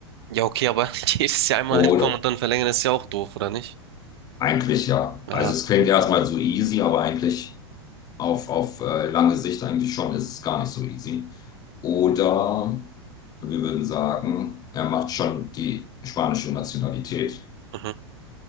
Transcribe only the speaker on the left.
oder
eigentlich ja.
Also es klingt erstmal so easy, aber eigentlich auf, auf äh, lange Sicht eigentlich schon ist es gar nicht so easy. Oder wir würden sagen, er macht schon die spanische Nationalität